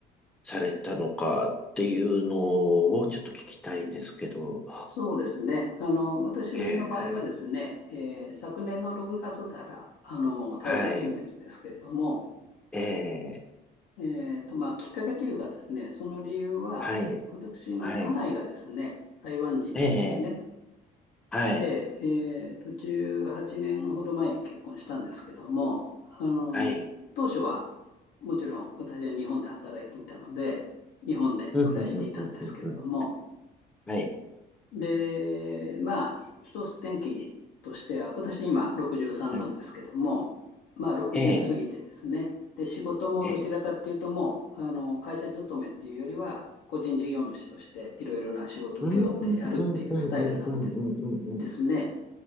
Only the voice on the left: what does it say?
そうですね。あの、私の場合はですね、
ええ昨年の6月から、あの、台湾に住んでるんですけれども、
えっと、まあ、きっかけというかですね、その理由は、
私の家内がですね、
台湾人なんですね。
で、えっと、18年ほど前に結婚したんですけども、あの、
当初はもちろん私は日本で働いていたので、日本で暮らしていたんですけれども、
で、まあ、一つ転機としては、私今63なんですけども、
まあ60過ぎてですね、
で、仕事もどちらかっていうともう、
あの、会社勤めっていうよりは、個人事業主としていろいろな仕事を請け負ってやるっていうスタイルなんで
ですね。